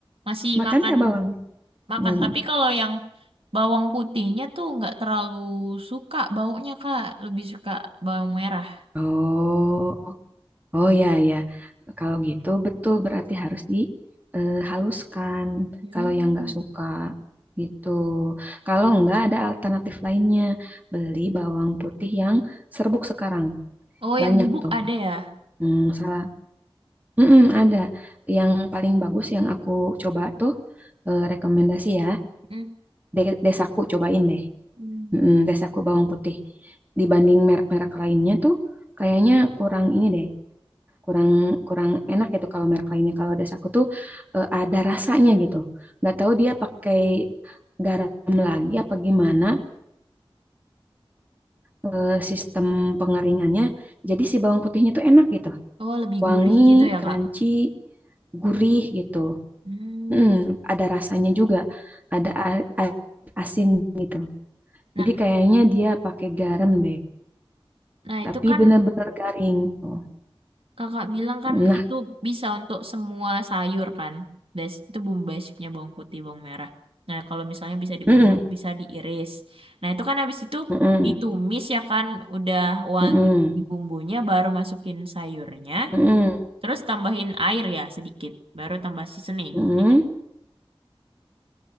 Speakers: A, on the right; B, on the right.
A: Masih
B: Makan
A: makan,
B: nggak bawang?
A: makan.
B: Hmm,
A: Tapi kalau yang bawang putihnya tuh nggak terlalu suka baunya, Kak. Lebih suka bawang merah.
B: Oh. Oh ya ya, kalau gitu betul berarti harus dihaluskan.
A: Hmm.
B: Kalau yang nggak suka gitu, kalau nggak ada alternatif lainnya, beli bawang putih yang serbuk sekarang
A: Oh,
B: banyak
A: yang bubuk
B: tuh.
A: ada ya?
B: Hmm, salah, Mm-mm, ada yang paling bagus yang aku coba tuh eh, rekomendasi ya.
A: Mm.
B: De- Desaku cobain deh,
A: Hmm.
B: Mm-mm, Desaku bawang putih. Dibanding merek-merek lainnya tuh, kayaknya kurang ini deh, kurang kurang enak gitu kalau merek lainnya kalau das aku tuh eh, ada rasanya gitu nggak tahu dia pakai garam lagi apa gimana eh, sistem pengeringannya jadi si bawang putihnya tuh enak gitu
A: Oh, lebih
B: wangi
A: gurih gitu ya,
B: crunchy
A: Kak?
B: gurih gitu
A: Hmm.
B: Mm, ada rasanya juga ada a- a- asin gitu
A: Nah,
B: jadi kayaknya dia pakai garam deh
A: nah itu
B: tapi
A: kan
B: benar-benar garing Tuh.
A: Kakak bilang kan
B: nah
A: itu bisa untuk semua sayur kan. Bas- itu bumbu basicnya bawang putih, bawang merah. Nah, kalau misalnya bisa diulek,
B: mm-mm,
A: bisa diiris. Nah, itu kan habis itu
B: mm-mm,
A: ditumis ya kan, udah wangi
B: mm-mm,
A: bumbunya, baru masukin sayurnya,
B: mm-mm,
A: terus tambahin air ya sedikit, baru tambah seasoning
B: mm-mm.
A: gitu.